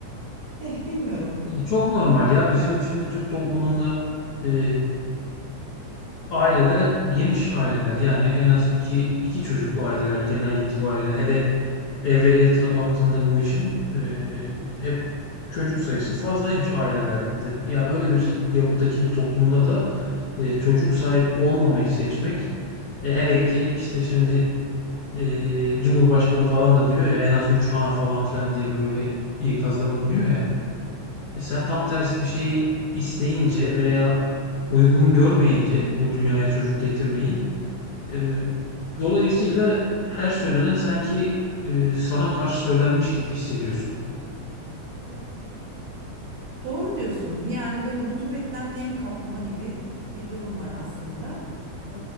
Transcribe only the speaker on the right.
Eh bilmiyorum.
Evet.
Yani evet. Doğru diyorsun. Yani böyle rutubetten nem kapma gibi bir durum var aslında. Ee,